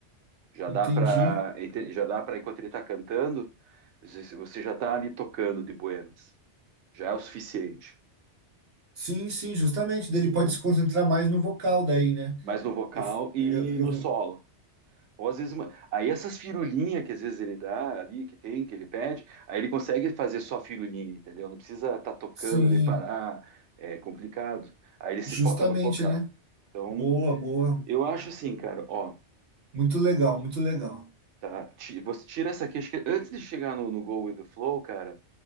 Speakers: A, on the right; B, on the right.
A: Já
B: entendi.
A: dá pra, ente- já dá pra, enquanto ele tá cantando, você você já tá ali tocando de buenas. Já é o suficiente,
B: Sim, sim, justamente, daí
A: entendeu?
B: ele pode se concentrar mais no vocal daí, né?
A: mais no vocal
B: Eu,
A: e
B: eu, eu-
A: no solo. Ou às vezes, uma- aí essas firulinhas que às vezes ele dá ali, que tem, que ele pede, aí ele consegue fazer só firulinha, entendeu? Não precisa estar tá tocando,
B: sim,
A: de parar, é complicado. Aí ele se
B: justamente,
A: foca no focal.
B: né?
A: Então,
B: Boa, boa.
A: eu acho assim, cara, ó,
B: Muito legal, muito legal.
A: tá, ti- você tira essa aqui, acho que antes de chegar no, no Go With The Flow, cara,